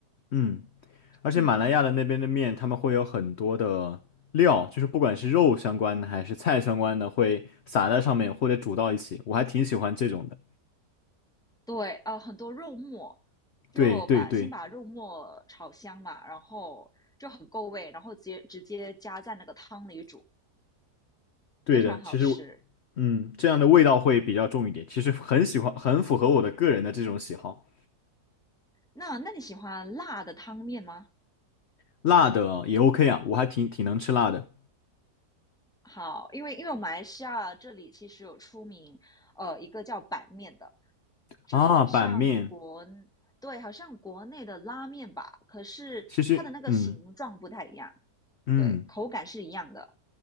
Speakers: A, on the left; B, in the centre.
A: 嗯。而且马来亚的那边的面，
B: 嗯，
A: 他们会有很多的料，就是不管是肉相关的还是菜相关的，会撒在上面或者煮到一起，我还挺喜欢这种的。
B: 对，呃，很多肉末，
A: 对对对
B: 就把先把肉末炒香嘛，然后就很够味，然后直接直接加在那个汤里煮，
A: 对的，
B: 非常好吃。
A: 其实我嗯，这样的味道会比较重一点，其实很喜欢，很符合我的个人的这种喜好。
B: 那那你喜欢辣的汤面吗？
A: 辣的也 OK 啊，我还挺挺能吃辣的
B: 好，因为因为马来西亚这里其实有出名，呃，一个叫板面的，就好像国，
A: 啊。板面，
B: 对，好像国内的拉面吧，可是它的那个形状不太一样，
A: 其实嗯嗯，
B: 对，口感是一样的，